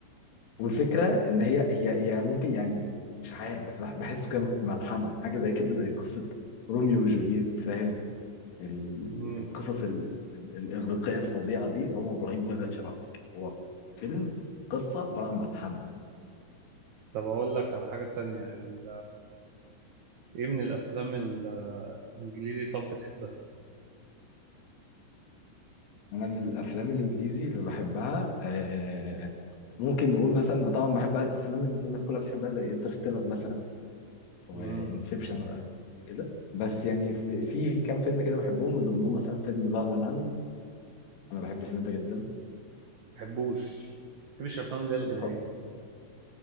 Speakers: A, on the left; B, on the right.
A: والفكرة إن هي هي هي ممكن يعني مش عارف بس بح- بحسه كان ملحمة حاجة زي كده زي قصة روميو وجولييت فاهم ال-
B: مم.
A: القصص ال- ال- الإغريقية الفظيعة دي هو إبراهيم الأبيض شبه هو فيلم قصة عبارة عن ملحمة
B: طب اقول لك على حاجه تانية ال... ايه من الافلام الانجليزي طب بتحبها
A: أنا من الأفلام الإنجليزي اللي بحبها آه، ممكن نقول مثلا طبعا بحب بقى الأفلام اللي الناس كلها بتحبها زي انترستيلر مثلا وانسبشن
B: امم
A: وافلام كده بس يعني في في كام فيلم كده بحبهم من ضمنهم مثلا فيلم لا لا لاند انا بحب الفيلم ده جدا
B: بحبوش بحبش الافلام اللي هي الغنائيه
A: بطبع.